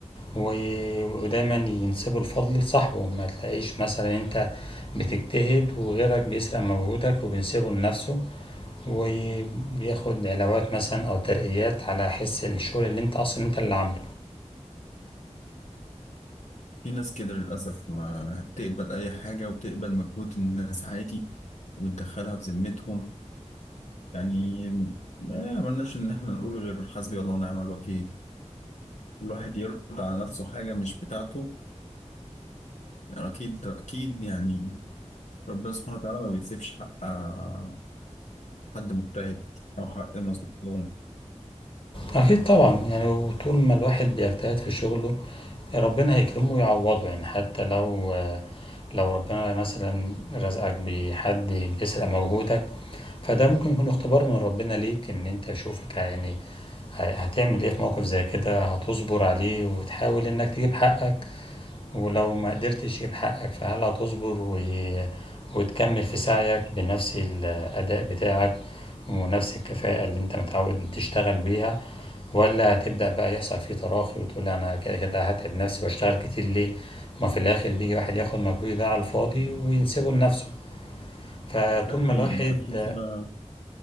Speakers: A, on the left; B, on the left.
A: و- ودايما ينسبوا الفضل لصاحبه ما تلاقيش مثلا انت بتجتهد وغيرك بيسرق مجهودك وبينسبه لنفسه وبياخد علاوات مثلا او ترقيات على حس الشغل اللي انت اصلا انت اللي عامله
B: في ناس كده للأسف ما بتقبل اي حاجة وبتقبل مجهود الناس عادي وتدخلها في ذمتهم يعني ما عملناش ان احنا نقول غير حسبي الله ونعم الوكيل كل واحد يرد على نفسه حاجة مش بتاعته يعني اكيد اكيد يعني ربنا سبحانه وتعالى ما بيسيبش حق آه، حد مجتهد او حق مظلوم
A: اكيد طبعا يعني وطول ما الواحد بيجتهد في شغله ربنا هيكرمه ويعوضه يعني حتى لو لو ربنا مثلا رزقك بحد بيسرق مجهودك فده ممكن يكون اختبار من ربنا ليك ان انت شوفك يعني ه- هتعمل ايه في موقف زي كده هتصبر عليه وتحاول انك تجيب حقك ولو ما قدرتش تجيب حقك فهل هتصبر و... وتكمل في سعيك بنفس الأداء بتاعك ونفس الكفاءة اللي انت متعود تشتغل بيها ولا هتبدأ بقى يحصل فيه تراخي وتقول لا أنا كده كده هتعب نفسي وأشتغل كتير ليه ما في الآخر بيجي واحد ياخد مجهود ده على الفاضي وينسبه لنفسه فطول
B: ده حقيقي
A: ما الواحد
B: التفكير ده